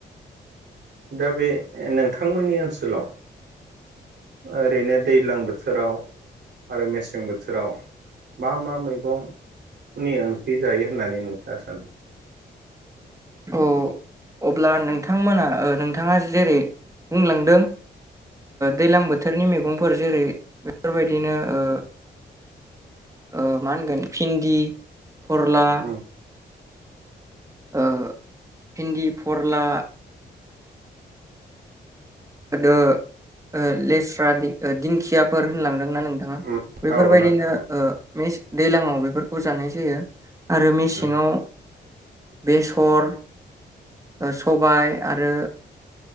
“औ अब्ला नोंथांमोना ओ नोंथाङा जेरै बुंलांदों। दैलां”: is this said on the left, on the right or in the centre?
Right